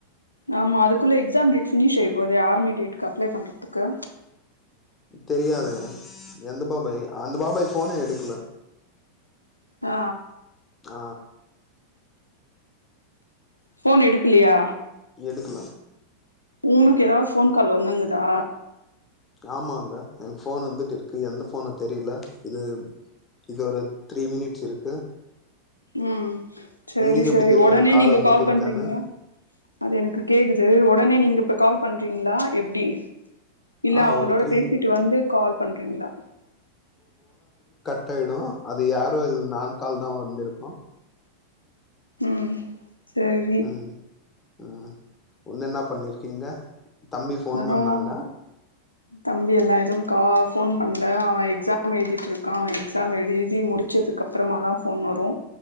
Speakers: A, on the left; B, on the left.
A: ஆமா அதுக்குள்ள எக்ஸாம் டேட் பினிஷ் ஆயிற போது ஆர்மி டேட்டுக்கு அப்ளை பண்றதுக்கு
B: தெரியாதே எந்த பாபாய் அந்த பாபாய் போனே எடுக்கல
A: ஆ
B: ஆ
A: போன் எடுக்கலயா
B: எடுக்கல
A: ஊனுக்கு எதாவது போன் கால் வந்துந்துதா
B: ஆமாங்க எனக்கு போன் வந்துட்டு இருக்கு எந்த போனோ தெரில இது இது ஒரு த்ரீ மினிட்ஸ் இருக்கு
A: ம் செரி
B: உங்களுக்கு
A: செரி
B: எப்டி தெரியு
A: ஒடனே
B: எனக்கு
A: நீங்க
B: வந்துட்டு
A: கால் பண்ட்டுருக்கீங்ளா
B: இருக்கன்னு
A: அது எனக்கு கேக்குது ஒடனே நீங்க இப்ப கால் பண்றீங்ளா எப்டி இல்ல
B: ஆ
A: அவுங்களோட
B: ஒரு த்ரீ
A: பேசிட்டு வந்து கால் பண்றீங்ளா
B: கட்டாயிடு அது யாரு இல் நான்கால்தா வந்திருக்கு
A: ம் சேரி
B: ம் ம் ஒன்னு என்னா பண்ணிருக்கீங்க தம்பி ஃபோன்
A: நா
B: பண்ணாங்க
A: எல்லா தம்பி எல்லா எதுவும் கா போன் பண்ல அவன் எக்ஸாம் எழுதிட்டு இருக்கான் அவன் எக்ஸாம் எழுதி தி முடிச்சதுக்கப்புறமாதா போன் வரு